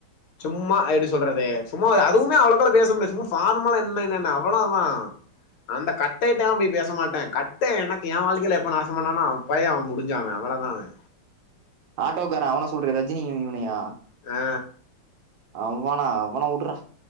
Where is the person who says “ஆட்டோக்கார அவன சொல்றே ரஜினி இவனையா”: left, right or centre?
Right